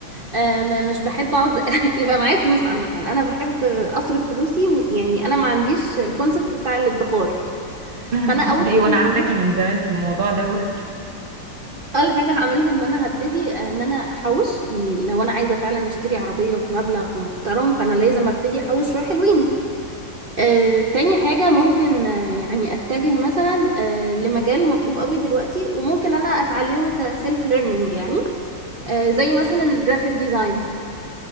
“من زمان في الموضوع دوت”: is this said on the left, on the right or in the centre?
Right